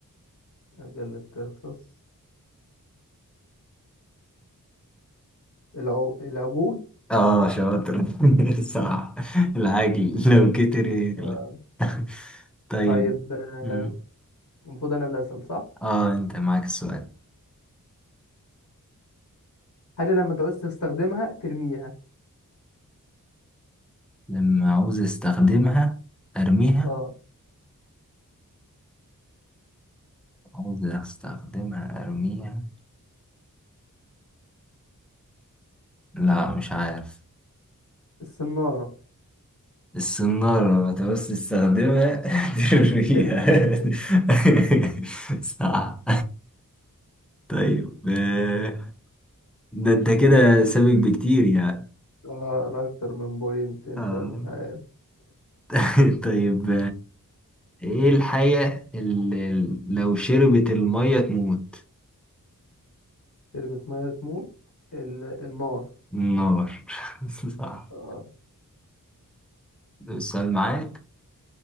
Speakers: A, on the left; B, in the centre.
A: قلت ترخص العو... العجول
B: اه شاطر <laughs> صح العجل لو كتر يغلب
A: آه،
B: <laughs> طيب
A: طيب آه،
B: مم.
A: المفروض انا اللي اسال صح
B: اه انت معاك السؤال
A: حاجه لما تعوز تستخدمها ترميها
B: لما عاوز استخدمها ارميها
A: اه
B: عاوز استخدمها ارميها لا مش عارف
A: الصناره
B: السنارة لما تعوز تستخدمها <laughs> ترميها
A: ترميها
B: <laughs> صح طيب آه، ده انت كده سابق بكتير يعني
A: اه لا اكتر من بوينت انت
B: اه
A: مش عارف
B: <laughs> طيب ايه الحاجة اللي لو شربت المية تموت
A: شربت ميه تموت ال... النار
B: النار <laughs> صح
A: اه
B: ده السؤال معاك